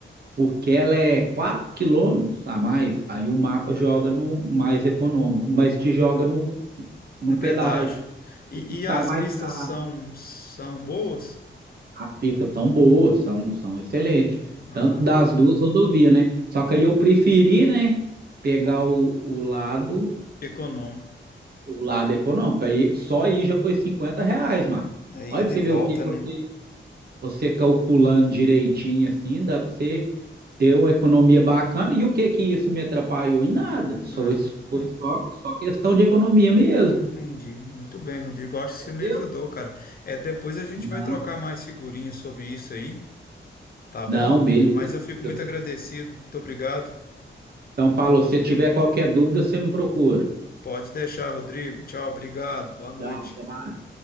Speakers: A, on the right (about 50°); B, on the left (about 50°).
A: porque ela é 4 quilômetros a mais. Aí o mapa joga no mais econômico, mas te joga no, no
B: no
A: pedágio.
B: pedágio. E,
A: E
B: e
A: sai
B: as
A: mais
B: pistas
A: caro.
B: são, são boas?
A: As pistas são boas, são, são excelentes.
B: Ah,
A: Tanto das duas rodovias, né? Só que aí eu preferi, né? Pegar o, o lado
B: econômico.
A: o lado econômico. Aí, só aí já foi 50 reais, Mar.
B: É
A: Olha
B: ida
A: pra você
B: e volta,
A: ver o que que você,
B: né?
A: você calculando direitinho assim, dá pra você ter uma economia bacana. E o que que isso me atrapalhou? Em nada.
B: Nada.
A: Só, isso foi
B: É,
A: só, só questão de economia mesmo.
B: entendi. Muito bem, Rodrigo. Acho que
A: Entendeu?
B: você me ajudou, cara. É, depois a gente
A: Não,
B: vai trocar mais figurinhas sobre isso aí, tá bom?
A: não, beleza.
B: Mas eu fico
A: Se
B: muito
A: você-
B: agradecido. Muito obrigado.
A: Então, falou, se tiver qualquer dúvida, você me procura.
B: Pode deixar, Rodrigo. Tchau, obrigado. Boa noite.
A: Tchau, até mais.